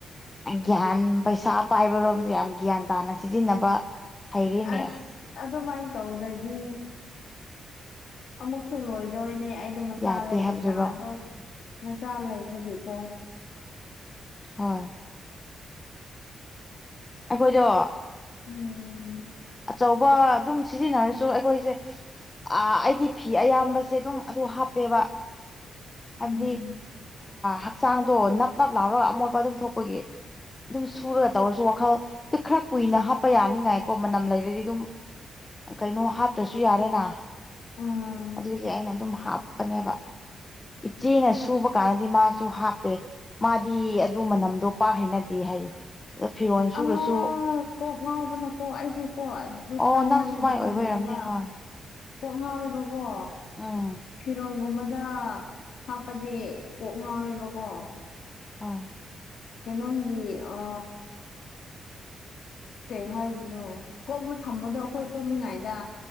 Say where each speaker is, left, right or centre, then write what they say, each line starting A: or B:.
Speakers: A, on the left; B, on the left.
A: ꯒ꯭ꯌꯥꯟ ꯄꯩꯁꯥ ꯄꯥꯏꯕꯔꯣꯝꯁꯦ ꯌꯥꯝ ꯒ꯭ꯌꯥꯟ ꯇꯥꯅ ꯁꯤꯖꯤꯟꯅꯕ ꯍꯩꯔꯤꯅꯦ
B: ꯑꯁ ꯑꯗꯨꯃꯥꯏꯅ ꯇꯧꯗꯗꯤ ꯑꯃꯨꯛꯁꯨ ꯂꯣꯏꯗꯧꯣꯏꯅꯦ ꯑꯩꯗꯣ ꯃꯆꯥ
A: ꯌꯥꯗꯦ
B: ꯂꯩ
A: ꯍꯥꯏꯕꯗꯨꯔꯣ
B: ꯅꯍꯥꯟꯗꯣ ꯃꯆꯥ ꯂꯩꯕꯒꯤꯀꯣ
A: ꯍꯣꯏ ꯑꯩꯈꯣꯏꯗꯣ
B: ꯎꯝ ꯎꯝ
A: ꯑꯆꯧꯕ ꯑꯗꯨꯝ ꯁꯤꯖꯤꯟꯅꯔꯁꯨ ꯑꯩꯈꯣꯏꯁꯦ ꯑ ꯑꯩꯗꯤ ꯐꯤ ꯑꯌꯥꯝꯕꯁꯦ ꯑꯗꯨꯝ ꯑꯗꯨ ꯍꯥꯞꯄꯦꯕ
B: ꯎꯝ
A: ꯍꯥꯏꯕꯗꯤ ꯍꯛꯆꯥꯡꯗꯣ ꯅꯞ ꯅꯞ ꯂꯥꯎꯔꯒ ꯑꯃꯣꯠꯕ ꯑꯗꯨꯝ ꯊꯣꯛꯄꯒꯤ ꯑꯗꯨꯝ ꯁꯨꯔꯒ ꯇꯧꯔꯁꯨ ꯋꯥꯈꯜ ꯈꯔ ꯀꯨꯏꯅ ꯍꯥꯞꯄ ꯌꯥꯅꯤꯡꯉꯥꯏꯀꯣ ꯃꯅꯝ ꯂꯩꯔꯗꯤ ꯑꯗꯨꯝ ꯀꯩꯅꯣ ꯍꯥꯠꯇ꯭ꯔꯁꯨ ꯌꯥꯔꯦꯅ
B: ꯑꯥ
A: ꯑꯗꯨꯒꯤ ꯑꯩꯅ ꯑꯗꯨꯝ ꯍꯥꯞꯄꯅꯦꯕ ꯏꯆꯦꯅ ꯁꯨꯕ ꯀꯥꯟꯗꯗꯤ ꯃꯥꯁꯨ ꯍꯥꯞꯇꯦ ꯃꯥꯗꯤ ꯑꯗꯨ ꯃꯅꯝꯗꯣ ꯄꯥꯛ ꯍꯩꯅꯗꯦ ꯍꯥꯏꯌꯦ ꯑꯗꯣ ꯐꯤꯔꯣꯜ ꯁꯨꯔꯁꯨ
B: ꯑ ꯀ ꯍꯣꯅ ꯑꯣ ꯑꯩꯁꯨ ꯀꯣ ꯑꯗꯨ
A: ꯑꯣ
B: ꯀꯟꯃꯜꯂꯗꯤ
A: ꯅꯪꯁꯨ ꯑꯗꯨꯃꯥꯏꯅ ꯑꯣꯏꯕ
B: ꯉꯝꯗꯦꯕ
A: ꯑꯣꯏꯔꯝꯅꯤ ꯍꯣꯏ
B: ꯀꯣꯛ ꯉꯥꯎꯋꯦꯕꯀꯣ
A: ꯎꯝ
B: ꯐꯤꯔꯣꯟꯒꯨꯝꯕ ꯑꯗ ꯍꯥꯞꯄꯗꯤ ꯀꯣꯛ ꯉꯥꯎꯋꯦꯕꯀꯣ
A: ꯍꯣꯏ
B: ꯀꯩꯅꯣꯝꯂꯤ ꯑ ꯀꯩ ꯍꯥꯏꯔꯤꯅꯣ ꯀꯣꯛꯅ ꯊꯝꯕꯗꯣ ꯑꯩꯈꯣꯏ ꯇꯨꯝꯃꯤꯉꯥꯏꯗ